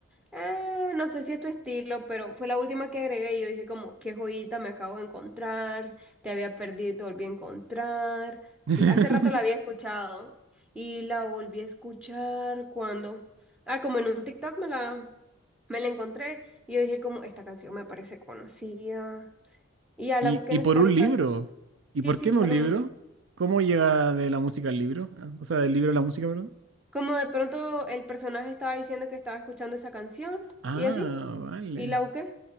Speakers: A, in the centre; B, on the right.
A: Eh, no sé si es tu estilo, pero fue la última que agregué y yo dije como, qué joyita me acabo de encontrar, te había perdido y te volví a encontrar.
B: <laughs>
A: Sí, hace rato la había escuchado y la volví a escuchar cuando, ah, como en un TikTok me la, me la encontré y yo dije como, esta canción me parece conocida. Y ya
B: Y,
A: la busqué
B: y
A: en Spotify.
B: por un libro. ¿Y
A: Sí,
B: por
A: sí,
B: qué no
A: por
B: un libro?
A: un... link.
B: ¿Cómo llega de la música al libro? O sea, del libro a la música, perdón.
A: Como de pronto el personaje estaba diciendo que estaba escuchando esa canción
B: Ah,
A: y así,
B: vale.
A: y la busqué.